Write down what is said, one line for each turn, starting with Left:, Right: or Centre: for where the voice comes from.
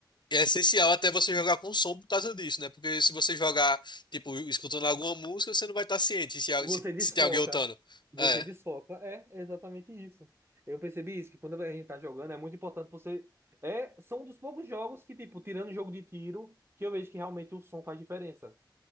Left: É essencial até você jogar com som por causa disso, né? Porque se você jogar, tipo, escutando alguma música, você não vai estar ciente se, al-
Right: Você
Left: se,
Right: desfoca.
Left: se tem alguém lutando.
Right: Você
Left: É,
Right: desfoca. É, é exatamente isso. Eu percebi isso, que quando a gente tá jogando, é muito importante você. É, são um dos poucos jogos que, tipo, tirando o jogo de tiro, que eu vejo que realmente o som faz diferença.